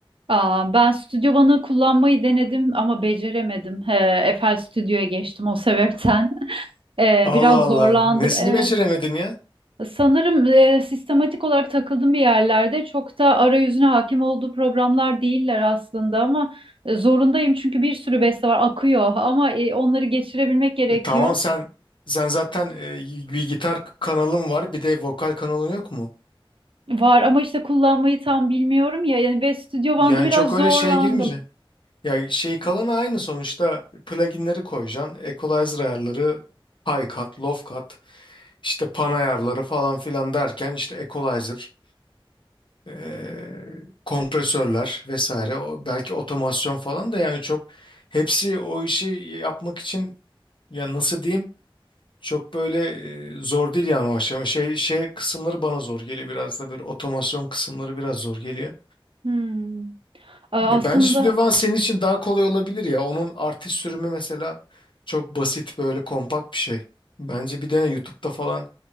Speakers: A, on the right (about 70°); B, on the left (about 60°).
A: Aa, ben Stüdyo One'ı kullanmayı denedim ama beceremedim. He, Eiffel Stüdyo'ya geçtim o sebepten. <laughs> Ee,
B: Allah
A: biraz
B: Allah.
A: zorlandım.
B: Nesini
A: Evet.
B: beceremedin
A: Sanırım e, sistematik olarak takıldım bir yerlerde. Çok da arayüzüne hakim olduğu programlar değiller aslında ama e, zorundayım çünkü bir sürü beste var akıyor ama e, onları geçirebilmek gerekiyor.
B: E, tamam sen sen zaten e, bir gitar kanalın var bir de vokal kanalın yok mu?
A: Var ama işte kullanmayı tam bilmiyorum ya. Yani ve Studio One'da
B: Yani
A: biraz
B: çok öyle
A: zorlandım.
B: şeye girmeyeceksin. Ya şey kalanı aynı sonuçta pluginleri koyacaksın. Equalizer ayarları high cut, low cut, işte pan ayarları falan filan derken işte equalizer, e, kompresörler vesaire o, belki otomasyon falan da yani çok hepsi o işi yapmak için ya nasıl diyeyim Çok böyle e, zor değil yani o aşama. Şey, şey kısımları bana zor geliyor biraz da böyle otomasyon kısımları biraz zor geliyor.
A: Hmm. Aa,
B: B-
A: Aslında
B: Bence Studio One senin için daha kolay olabilir ya. Onun artist sürümü mesela çok basit böyle kompakt bir şey. Bence bir dene YouTube'da falan